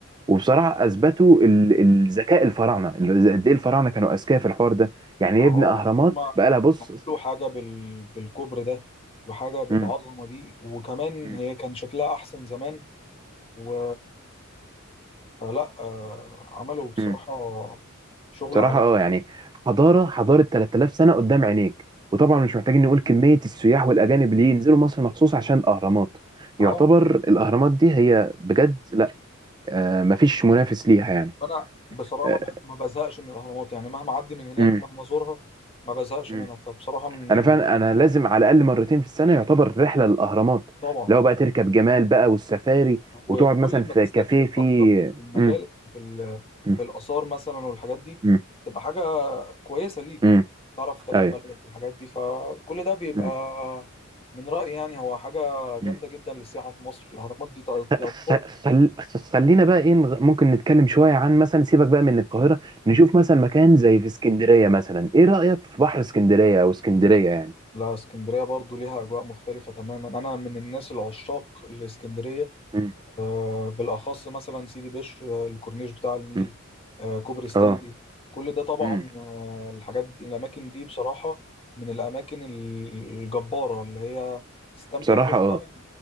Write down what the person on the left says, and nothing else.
ما هو
ان هم
عملوا حاجة بال... بالكبر ده وحاجة بالعظمة
دي وكمان
هي كان شكلها أحسن زمان و فلا آه، عملوا بصراحة
شغل
على
أهو
أنا بصراحة
بحب ما بزهقش من الأهرامات يعني مهما أعدي من هناك
مهما أزورها ما بزهقش
منها فبصراحة من
ال...
طبعا
وكل
ما تستكشف
أكتر في المجال
في, ال...
في الآثار مثلا والحاجات دي
تبقى حاجة كويسة ليك
تعرف تاريخ
بلدك والحاجات دي فكل ده بيبقى
من رأيي يعني هو حاجة جامدة
جدا للسياحة في مصر الأهرامات دي تعتبر
لا اسكندرية برضو ليها أجواء مختلفة تماما أنا من الناس العشاق لإسكندرية
آه، بالأخص مثلا سيدي بشر آه، الكورنيش بتاع النيل
آه، كوبري ستانلي
كل ده طبعا
آه، الحاجات دي الأماكن دي بصراحة من الأماكن الجبارة اللي هي تستمتع
فيها
فعلا